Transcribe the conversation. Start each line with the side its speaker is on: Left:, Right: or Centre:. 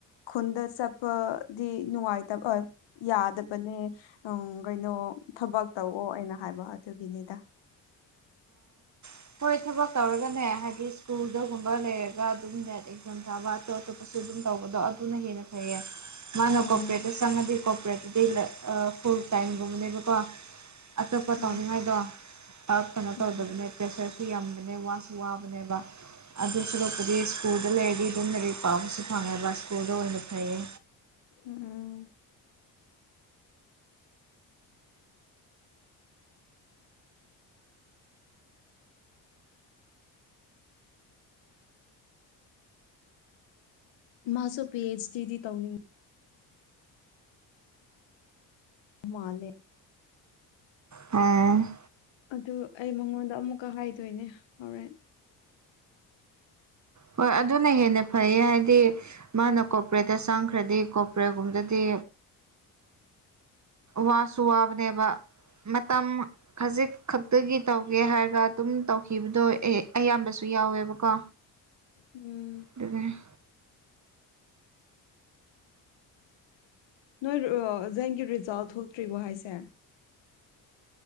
Left: ꯈꯨꯟꯗ ꯆꯠꯄꯗꯤ ꯅꯨꯡꯉꯥꯏ ꯌꯥꯗꯕꯅꯦ ꯎꯝ ꯀꯩꯅꯣ ꯊꯕꯛ ꯇꯧꯑꯣ ꯑꯩꯅ ꯍꯥꯏꯕ ꯑꯗꯨꯒꯤꯅꯤꯗ
Right: ꯑ ꯍꯣꯏ ꯊꯕꯛ ꯇꯧꯔꯒꯅꯦ ꯍꯥꯏꯗꯤ ꯁ꯭ꯀꯨꯜꯗꯒꯨꯝꯕ ꯂꯩꯔꯒ ꯑꯗꯨꯝ ꯅꯦꯠ ꯑꯦꯛꯖꯥꯝ ꯊꯥꯕ ꯑꯇꯣꯞ ꯑꯇꯣꯞꯄ ꯁꯨ ꯑꯗꯨꯝ ꯇꯧꯕꯗꯣ ꯑꯗꯨꯅ ꯍꯦꯟꯅ ꯐꯩꯌꯦ ꯃꯥꯅ
Left: ꯎꯝ
Right: ꯀꯣꯄꯔꯦꯠꯇ ꯆꯪꯉꯗꯤ ꯀꯣꯄꯔꯦꯠꯇꯨꯗꯤ ꯐꯨꯜ ꯇꯥꯏꯝꯒꯨꯝꯕꯅꯦꯕꯀꯣ ꯑꯇꯣꯞꯄ
Left: ꯎꯝ
Right: ꯇꯧꯅꯤꯡꯉꯥꯏꯗꯣꯞ ꯀꯩꯅꯣ
Left: ꯎꯝ
Right: ꯇꯧꯗꯕꯅꯦ ꯄꯦꯁꯦꯁ ꯁ ꯌꯥꯝꯕꯅꯦ ꯋꯥꯁꯨ ꯋꯥꯕꯅꯦꯕ ꯑꯗꯨ ꯁꯨꯔꯛꯄꯗꯤ ꯁ꯭ꯀꯨꯜꯗ ꯂꯩꯔꯗꯤ ꯑꯗꯨꯝ ꯃꯔꯤ ꯄꯥꯝꯕꯁꯨ ꯐꯪꯉꯕ ꯁ꯭ꯀꯨꯜꯗ ꯑꯣꯏꯅ ꯐꯩꯌꯦ
Left: ꯎꯝ ꯃꯥꯁꯣ ꯄꯤ ꯑꯩꯆ ꯗꯤ ꯇꯧꯅꯤ ꯃꯥꯂꯦ
Right: ꯑꯝ
Left: ꯑꯗꯨ ꯑꯩ ꯃꯉꯣꯟꯗ ꯑꯃꯨꯛꯀ ꯍꯥꯏꯗꯣꯏꯅꯦ ꯍꯣꯔꯦꯟ
Right: ꯍꯣꯏ ꯑꯗꯨꯅ ꯍꯦꯟꯅ ꯐꯩꯌꯦ ꯍꯥꯏꯗꯤ ꯃꯥꯅ ꯀꯣꯄꯔꯦꯠꯇ ꯆꯥꯡꯈ꯭ꯔꯗꯤ ꯀꯣꯄꯔꯦꯒꯨꯝꯗꯗꯤ ꯋꯥꯁꯨ ꯋꯥꯕꯅꯦꯕ ꯃꯇꯝ ꯈꯖꯤꯛ ꯈꯛꯇꯒꯤ ꯇꯧꯒꯦ ꯍꯥꯏꯔꯒ ꯑꯗꯨꯝ ꯇꯧꯈꯤꯕꯗꯣ ꯑꯌꯥꯝꯕꯁꯨ ꯌꯥꯎꯋꯦꯕꯀꯣ
Left: ꯎꯝ
Right: ꯑꯗꯨꯒꯗꯒꯤ
Left: ꯅꯣꯏ ꯑꯣꯖꯦꯟꯒꯤ ꯔꯤꯖꯥꯜꯠ ꯊꯣꯛꯇ꯭ꯔꯤꯕꯣ ꯍꯥꯏꯁꯦ